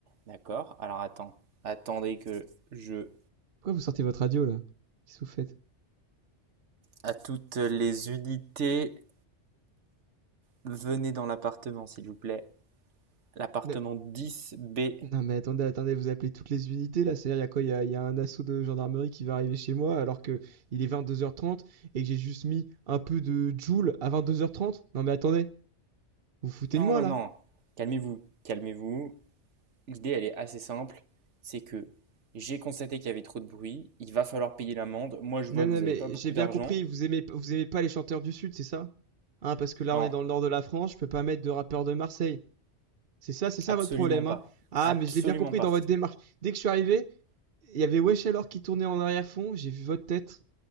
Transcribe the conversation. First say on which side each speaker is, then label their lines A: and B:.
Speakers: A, on the right (about 80°); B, on the right (about 55°).
A: d'accord. Alors attends. Attendez que je.
B: Pourquoi vous sortez votre radio, là Qu'est-ce que vous faites
A: À toutes les unités, venez dans l'appartement, s'il vous plaît. L'appartement
B: non,
A: 10B.
B: non, mais attendez, attendez, vous appelez toutes les unités, là. C'est-à-dire, il y a quoi Il y a, il y a un assaut de gendarmerie qui va arriver chez moi alors que il est 22h30 et que j'ai juste mis un peu de Joule à 22h30 Non, mais attendez, vous vous foutez
A: Non,
B: de moi,
A: non,
B: là
A: non. Calmez-vous. Calmez-vous. L'idée, elle est assez simple. C'est que j'ai constaté qu'il y avait trop de bruit. Il va falloir payer l'amende. Moi, je
B: Non,
A: vois
B: non,
A: que vous n'avez
B: mais
A: pas beaucoup
B: j'ai bien
A: d'argent.
B: compris, vous aimez, vous aimez pas les chanteurs du Sud, c'est ça Hein, parce que là,
A: Non,
B: on est dans le nord de la France, je peux pas mettre de rappeurs de Marseille. C'est ça, c'est ça
A: absolument
B: votre problème,
A: pas.
B: hein. Ah,
A: Absolument
B: mais je l'ai bien compris
A: pas.
B: dans votre démarche. Dès que je suis arrivé, Il y avait Wesh alors qui tournait en arrière-fond, j'ai vu votre tête,